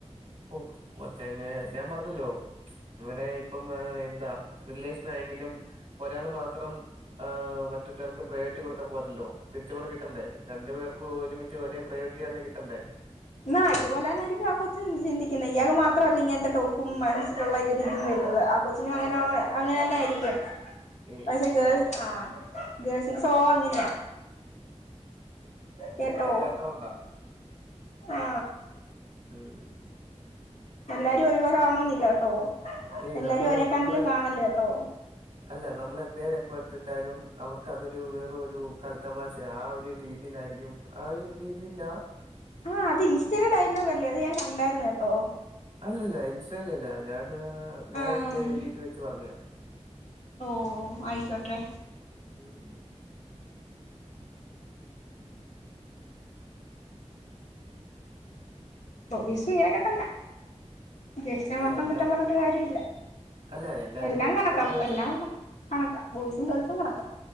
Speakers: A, on the right; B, on the left.
A: ഓഹ് കൊച്ചങ്ങ് ഞാൻ പറഞ്ഞല്ലോ ഇവിടെ ഇപ്പം എന്താ റിലേഷൻ ആയെങ്കിലും ഒരാൾ മാത്രം ആഹ് മറ്റൊരാൾക്ക് പ്രയോരിറ്റി കൊടുത്താൽ പോരല്ലോ തിരിച്ചുകൂടെ കിട്ടണ്ടേ രണ്ടു പേർക്കും ഒരുമിച്ച് ഒരേ പ്രയോരിറ്റി തന്നെ കിട്ടണ്ടേ
B: എന്ന ഇതുപോലെ തന്നെയായിരിക്കും ആഹ് കൊച്ചും ചിന്തിക്കുന്നേ ഇയാക്ക് മാത്രല്ല ഇങ്ങനത്തെ ടോക്കും മനസ്സിലുള്ള ഈ ഒരു ഇതും വരുന്നത് കൊച്ചിനും അങ്ങനോ അങ്ങന തന്നെ ആയിരിക്കും
A: ഏയ്
B: പക്ഷെ ഗേൾ ആഹ് ഗേൾസിന്റെ സ്വഭാവം അങ്ങനെയാ കേട്ടോ
A: നിങ്ങക്ക് അറിയാത്തത് കൊണ്ടാ
B: ആ
A: ഉം
B: എല്ലാരും ഒരുപോലെ ആവണോന്നില്ല ട്ടോ
A: ഏയ്
B: എല്ലാരും
A: നമ്മൾ
B: ഒരേ കണ്ണിലും
A: നമ്മള്
B: കാണല്ല ട്ടോ
A: അല്ല നമ്മള് എന്തേലും എഫേർട്ട് ഇട്ടാലും അവർക്ക് അതൊരു വേറൊരു കളിത്തമാശ ആഹ് ഒരു രീതിയിലായിരിക്കും ആ ഒര് രീതിയിലാ
B: ആഹ് അത് ഇൻസ്‌റ്റേലെ ഡയലോഗ് അല്ലേ അത് ഞാൻ കണ്ടായരുന്നു കേട്ടോ
A: അല്ലല്ല ഇൻസറ്റേ ല്ല ഞാന് ഞാൻ
B: ആഹ്
A: എന്റെ രീതി വെച്ച് പറഞ്ഞ
B: ഓഹ് ആയിക്കോട്ടെ
A: ഉം
B: ബോയ്സും ഇങ്ങനെയൊക്കെ തന്നെ ഗേൾസിനെ
A: അല്ല
B: മാത്രം
A: എല്ലാ
B: കുറ്റം പറഞ്ഞിട്ട് കാര്യവില്ല
A: അല്ല എല്ലാരും
B: എല്ലാം കണക്കാ
A: അങ്ങനെ വെച്ച്
B: എല്ലാം കണക്ക ബോയ്സും ഗേൾസും കണക്ക